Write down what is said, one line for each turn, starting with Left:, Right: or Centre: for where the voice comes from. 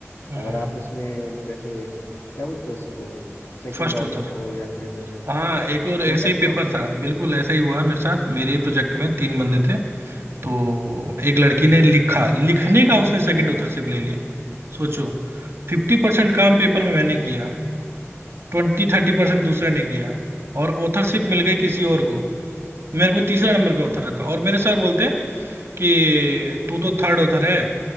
Right: हम्म
Left: अगर आप उसमें जैसे क्या बोलते हैं उसको सेकंड
Right: फर्स्ट
Left: ऑथर
Right: होता
Left: हो या फिर
Right: हाँ
Left: हाँ,
Right: एक और
Left: जब
Right: ऐसे
Left: तक
Right: ही पेपर
Left: हाँ
Right: था बिल्कुल ऐसा ही हुआ मेरे साथ मेरे प्रोजेक्ट में तीन बंदे थे तो एक लड़की ने लिखा लिखने का उसने सेकंड ऑथरशिप ले ली सोचो फिफ्टी परसेंट काम पेपर में मैंने किया ट्वेंटी थर्टी परसेंट दूसरे ने किया और ऑथरशिप मिल गई किसी और को मेरे को तीसरा नंबर पे ऑथर रखा और मेरे सर बोलते हैं कि तू तो थर्ड ऑथर है